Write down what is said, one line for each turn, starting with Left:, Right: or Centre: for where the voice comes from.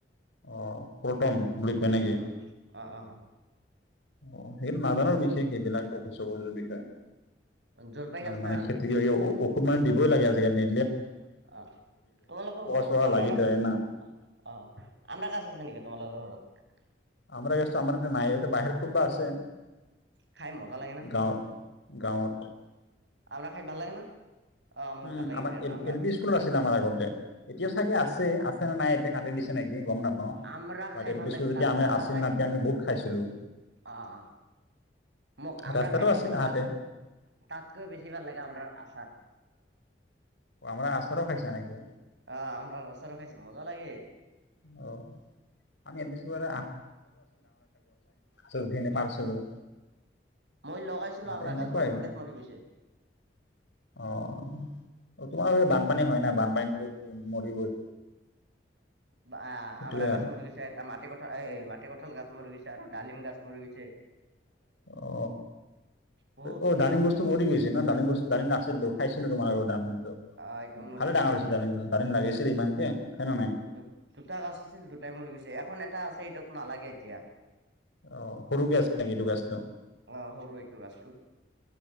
Left: আহ প্ৰটন বুলি কয় নেকি?
Right: অ অ অ
Left: অ' সেইটো নাজানো বিশেষ এইবিলাক ঔষধ সৌষদৰ বিষয়ে।
Right: জলপাই
Left: অ
Right: গাছ
Left: মানে
Right: না
Left: খেতি কিবা কিবি ঔষুধ মানে দিবই লাগে আজি কাৰনে।
Right: অ, তোমালোকৰ
Left: পোকা
Right: ঘৰত
Left: চোকা
Right: আমৰা
Left: লাগি
Right: গাছ
Left: ধৰে
Right: আছে
Left: না
Right: নেকি? অ অ আমৰা গাছ আছে নে নেকি তোমালোকৰ ঘৰত?
Left: আমাৰা গাছটো আমাৰ নাই এয়াতে বাহিৰত ক'তবা আছে
Right: খাই মজা লাগে না
Left: গাঁৱত - গাঁৱত।
Right: আমৰা খাই ভাল লাগে না? অ মোক
Left: উম
Right: ভাল লাগে
Left: আমাৰ
Right: বিৰাট
Left: এল
Right: আমৰা
Left: -এল পি স্কুলত আছিল আমাৰ আগতে, এতিয়াও চাগে আছে। নাই এতিয়া কাটি দিছো নেকি? গম নাপাও
Right: আমৰা
Left: বা
Right: খাই
Left: তেলপিচু
Right: ভাল লাগে
Left: যেতিয়া
Right: তাতকৈ
Left: আমি
Right: ভাল
Left: আছিল
Right: লাগে
Left: না তেতিয়া আমি বহুত খাইছিলো।
Right: অ অ। মোক আমৰা
Left: ৰাস্তাটো
Right: খাই ভাল
Left: আছিল
Right: লাগে
Left: আহাতে
Right: তাত, তাতকৈও বেছি ভাল লাগে আমৰা আচাৰ।
Left: আমাৰ আচাৰো খাইছা নেকি
Right: আহ আম তাত আছে নহয় ছে মজা লাগে।
Left: অ আমি এল পি স্কুলত চখিনি
Right: উ
Left: পাৰছিলো
Right: মই লগাইছিলো
Left: সিহতে
Right: আমৰা
Left: সেনেকুৱাই
Right: গাছ বানপানীত মৰি গৈছে
Left: অহ। তোমাৰ সেই বানপানী হয় নাই বানপানীতো মৰিবই।
Right: বা
Left: সেইটোৱে
Right: আমৰা গাছ
Left: আৰু
Right: মুৰ্গী চ এটা মাটি এ মাটি কঁঠাল গাছ মৰু গিছে আৰু ডালিম গাছ মৰি গিছে।
Left: অ
Right: বহুত
Left: অ ডালিম গছটো মৰি গৈছে ন, ডালিম গছটো ডালিম নাচ ছিলো, খাইছিলো তোমাৰ আৰু ডালিমটো,
Right: আ এইটো মৰি
Left: ভালে
Right: গৈছে
Left: ডাঙৰ হৈছিল, ডালিমটো ডালিম লাগিছিল ইমানকে হয় নে নাই
Right: অ দু -দুটা গছ আছিল দুটাই মৰি গৈছে, এখন এটা আছে সেইটোত নালাগে এতিয়া।
Left: অ সৰুকে আছে নেকি এইটো গাছটো
Right: অ সৰু এইটো গছটো।